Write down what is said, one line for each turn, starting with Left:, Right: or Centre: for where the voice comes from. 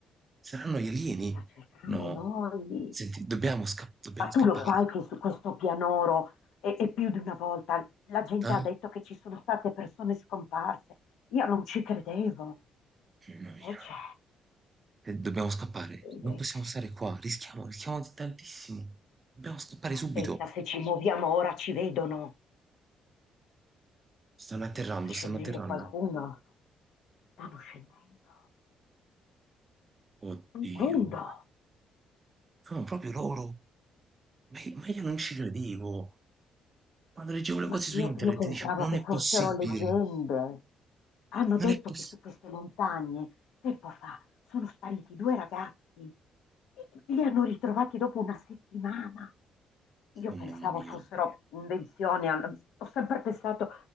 Right: Saranno gli alieni?
Left: sta cercando
Right: No.
Left: noi.
Right: Senti, dobbiamo, sca- dobbiamo
Left: Ma tu
Right: scappare.
Left: lo sai che su questo pianoro, e, e più di una volta, la gente
Right: eh?
Left: ha detto che ci sono state persone scomparse. Io non ci credevo.
Right: Mamma
Left: Invece,
Right: mia. Eh, Dobbiamo scappare.
Left: invece,
Right: Non possiamo stare qua. Rischiamo, rischiamo tantissimo. Dobbiamo scappare
Left: aspetta,
Right: subito.
Left: se ci muoviamo ora ci vedono.
Right: Stanno
Left: Oddio,
Right: atterrando,
Left: sta scendendo
Right: stanno atterrando.
Left: qualcuno. Stanno scendendo.
Right: Oddio.
Left: Scendendo!
Right: No, proprio loro. Ma i ma io non ci credevo. Quando leggevo le
Left: Ma
Right: cose
Left: io,
Right: su internet
Left: io pensavo
Right: dicevo, non
Left: che
Right: è
Left: fossero
Right: possibile,
Left: leggende. Hanno
Right: non
Left: detto
Right: è possibile.
Left: che su queste montagne, tempo fa, sono spariti due ragazzi. Li hanno ritrovati dopo una settimana. Io
Right: Oh
Left: pensavo
Right: mamma mia.
Left: fossero invenzioni, al- ho sempre pensato